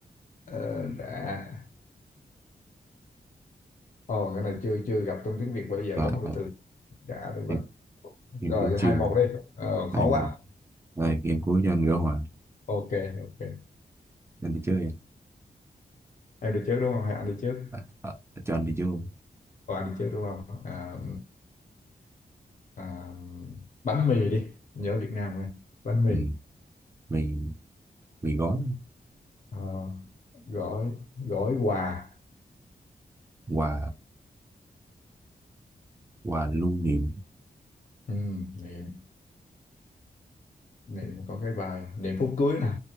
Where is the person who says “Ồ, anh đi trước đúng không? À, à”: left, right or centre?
Left